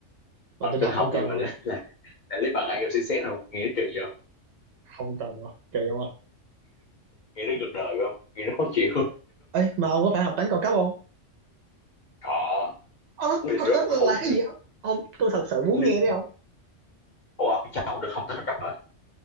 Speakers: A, on the right; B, on the left.
A: mà
B: bằng
A: tin
B: tin
A: học
B: học
A: không cần
B: nhưng mà
A: rồi,
B: là, là, là lấy bằng IELTS đâu nghe kỳ vậy
A: không cần rồi, kỳ không không
B: nghe <laughs> nó cuộc đời phải không nghe nó khó chịu
A: ấy mà ông có phải học toán cao cấp không
B: <laughs> họ
A: ơ
B: Linh
A: thật
B: rất
A: á là
B: khùng
A: cái
B: rồi,
A: gì ông ông tôi thật sự muốn
B: Linh
A: nghe đấy ông.
B: ủa ông cháu không được không tới rất là